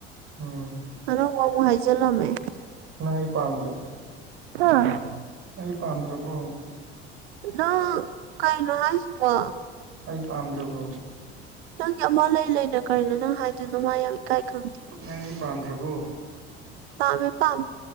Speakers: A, on the right (about 45°); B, on the right (about 75°).
A: ꯎꯝ
B: ꯑꯅ ꯃꯍꯏꯖꯂꯂꯝꯦ
A: ꯅ ꯑꯩ ꯄꯥꯝꯗ꯭ꯔꯣ
B: ꯑ
A: ꯑꯩ ꯄꯥꯝꯗ꯭ꯔꯕꯣ
B: ꯅꯪ ꯀꯩꯅꯣ ꯍꯥꯏꯁꯤꯕꯣ
A: ꯑꯩ ꯄꯥꯝꯗ꯭ꯔꯕꯣ
B: ꯅꯪꯒꯤ ꯑꯃ ꯂꯩ ꯂꯩꯅ ꯀꯔꯤꯅꯣ ꯅꯪ ꯍꯥꯏꯗꯨ ꯅꯃꯥ ꯌꯥ ꯏꯀꯥꯏ ꯈꯪꯗꯦ
A: ꯅꯪ ꯑꯩ ꯄꯥꯝꯗ꯭ꯔꯕꯣ
B: ꯄꯥꯃꯦ ꯄꯥꯝꯃꯦ